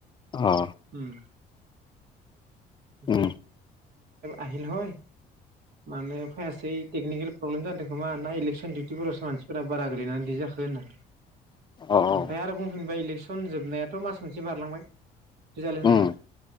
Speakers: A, on the left; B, on the right.
A: अ
B: ओम <unintelligible> <unintelligible>
A: उम
B: आहिल हय मानोे फायासै टेकनिकेल प्रब्लेम जादों खोमा ना इलेकसन डिउटिफोरावसो मानसिफोरा बारा गोलैनानै इदि जाखो होननानै
A: अ अ
B: ओमफाय आरो बुंफिनबाय इलेकस सन जोबनायाथ' मास मोनसे बारलांबाय रिजाल्ट होनाया
A: उम